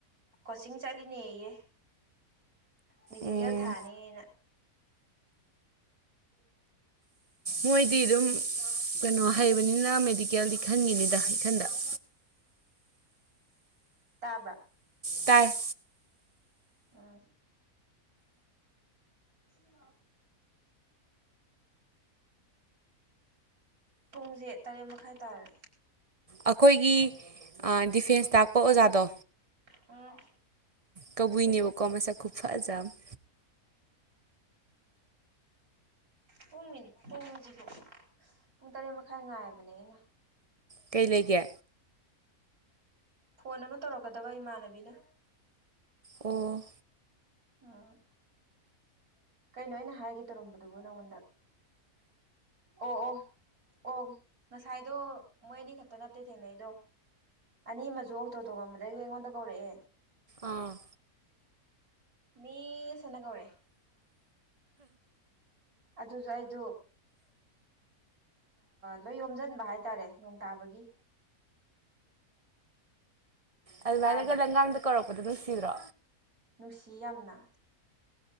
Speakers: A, on the right; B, on the right.
A: ꯀꯣꯆꯤꯡ ꯆꯠꯂꯤꯅꯦꯌꯦ ꯃꯦꯗꯤꯀꯦꯜ
B: ꯎꯝ
A: ꯊꯥꯅꯤꯅ
B: ꯃꯣꯏꯗꯤ ꯑꯗꯨꯝ ꯀꯩꯅꯣ ꯍꯩꯕꯅꯤꯅ ꯃꯦꯗꯤꯀꯦꯜꯗꯤ ꯈꯟꯒꯤꯅꯤꯗ ꯏꯈꯥꯟꯗ
A: ꯇꯥꯕ꯭ꯔꯥ
B: ꯇꯥꯏ
A: ꯑꯨꯝ ꯁꯤ <inaudible> ꯄꯨꯡꯁꯦ ꯇꯔꯦꯠ ꯃꯈꯥꯏ ꯇꯥꯔꯦ
B: ꯑꯩꯈꯣꯏꯒꯤ ꯗꯤꯐꯦꯟꯁ ꯇꯥꯛꯄ ꯑꯣꯖꯥꯗꯣ
A: ꯎꯝ
B: ꯀꯕꯨꯏꯅꯦꯕꯀꯣ ꯃꯁꯥꯛ ꯈꯨꯐꯖ ꯑꯃ
A: ꯄꯨꯡ ꯃꯤ ꯄꯨꯡꯁꯤꯕꯨ ꯄꯨꯡ ꯇꯔꯦꯠ ꯃꯈꯥꯏ ꯉꯥꯏꯕꯅꯦ ꯑꯩꯅ
B: ꯀꯩ ꯂꯩꯒꯦ
A: ꯐꯣꯟ ꯑꯃ ꯇꯧꯔꯛꯀꯗꯕ ꯏꯃꯥꯟꯅꯕꯤꯅ
B: ꯑꯣ꯫
A: ꯑꯥ ꯀꯩꯅꯣ ꯑꯩꯅ ꯍꯥꯏꯒꯦ ꯇꯧꯔꯝꯕꯗꯨꯕꯨ ꯅꯪꯉꯣꯟꯗ ꯑꯣ ꯑꯣ ꯑꯣ ꯉꯁꯥꯏꯗꯣ ꯃꯣꯏ ꯑꯅꯤ ꯈꯛꯇ ꯅꯠꯇꯦ ꯊꯦꯡꯅꯩꯗꯣ ꯑꯅꯤ ꯑꯃꯁꯨ ꯑꯣꯛꯇꯣ ꯇꯣꯉꯝꯕꯗꯒꯤ ꯑꯩꯉꯣꯟꯗ ꯀꯧꯔꯛꯑꯦ
B: ꯑꯥꯝ
A: ꯃꯤꯁ ꯑꯅ ꯀꯧꯔꯛꯑꯦ ꯑꯗꯨꯁꯨ ꯑꯩꯗꯣ ꯂꯣꯏ ꯌꯣꯝꯁꯤꯟꯕ ꯍꯥꯏꯇꯥꯔꯦ ꯅꯣꯡ ꯇꯥꯕꯒꯤ
B: ꯑꯗꯨꯃꯥꯏꯅꯒ
A: ꯇꯥꯔꯕ
B: ꯂꯝꯒꯥꯡꯗ ꯀꯧꯔꯛꯄꯗꯣ ꯅꯨꯡꯁꯤꯕ꯭ꯔꯣ
A: ꯅꯨꯡꯁꯤ ꯌꯥꯝꯅ